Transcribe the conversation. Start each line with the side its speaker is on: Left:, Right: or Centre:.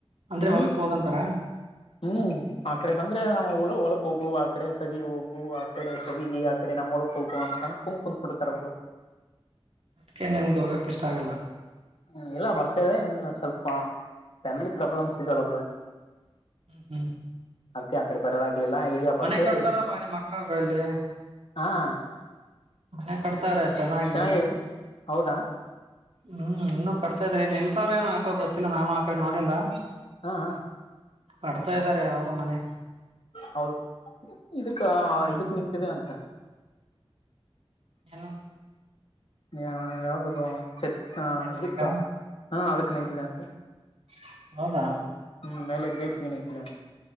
Right: ಅಂದ್ರೆ
Left: ಹ್ಮ್
Right: ಹೊಲಕ್ ಹೋಗಂತಾರ.
Left: ಹ್ಮ್ ಆ ಕಡೆ ಬಂದ್ರೆ ನಾವು ಹೊಲಕ್ ಹೋಗು ಆ ಕಡೆ ಸದಿ ಹೋಗು ಆ ಕಡೆ ಸದಿ ಆ ಕಡೆ ನಮ್ಮೊಲಕ ಹೋಗು ಅಂತ <unintelligible> ಕೊಡ್ತಾರ ಬ್ರೊ.
Right: ಅದ್ಕೆ ನಿನ್ಗ್ ಹೋಗಕ್ ಇಷ್ಟ ಆಗಲ್ಲ.
Left: ಹ್ಮ್ ಇಲ್ಲ ಬರ್ತಿವೀ ಇನ್ನು ಸ್ವಲ್ಪ ಫ್ಯಾಮಿಲಿ ಪ್ರಾಬ್ಲಮ್ಸ್ ಇದಲ್
Right: ಹ್ಮ್ ಹ್ಮ್
Left: ಅದಕ್ಕೆ ಆ ಕಡೆ ಬರದಾಗಲಿಲ್ಲ ಈಗ ಬರ್ತೇವೆ
Right: ಮನೆ ಕಡ್ತಾರ ಪ ನಿಮ್ಮ ಅಕ್ಕ ಅವ್ರಲ್ಲಿ.
Left: ಹ್ಹಾಆ
Right: ಮನೆ ಕಟ್ತಾವ್ರೆ ಚೆನ್ನಾಗಿ
Left: ಚೆನ್ನಾಗಾಗಿದೆ
Right: <inaudible>
Left: ಹೌದಾ
Right: ಹ್ಮ್ ಇನ್ನೂ ಕಟ್ತಾಯಿದ್ರಿ ನಿಲ್ಸಾವ್ರ ಏನೊ ಹಾಕೋ ಗೊತ್ತಿಲ್ಲ ನಾನು ಆ ಕಡೆ ನೋಡಿಲ್ಲಾ
Left: ಹ ಹಾ.
Right: ಕಟ್ಟ್ತಾ ಇದಾರೆ ಅವರು ಮನೆ
Left: ಹೌದ್ <inaudible> ಇದಕ್ಕ
Right: ಹ್ಮ್
Left: ಇದಕ್ ನಿಂತಿದೆ ಅಂತ
Right: ಹೆಣ್ಣು
Left: ಯಾ ಯಾವ್ದದು ಚಕ್ ಹ್ಞಾ
Right: ಸೆಂಟ್ರಿಗ
Left: ಇದಕ್ಕ ಹಾ ಅದಕ್ ನಿಂತಿದೆ ಅಂತ
Right: <inaudible> ಹೌದಾ
Left: ಹ್ಮ್ ಮೇಲೆ ಬೇಸಿಗೆನೆ <unintelligible>